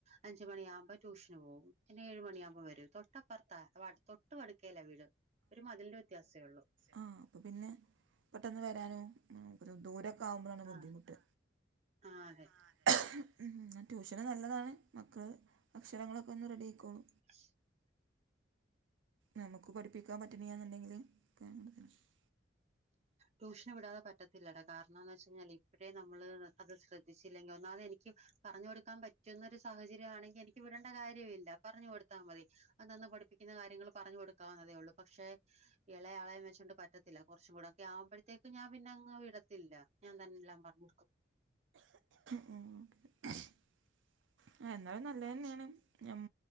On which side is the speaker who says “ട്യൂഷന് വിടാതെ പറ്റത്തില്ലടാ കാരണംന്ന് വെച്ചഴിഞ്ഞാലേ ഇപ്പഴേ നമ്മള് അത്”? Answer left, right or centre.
Right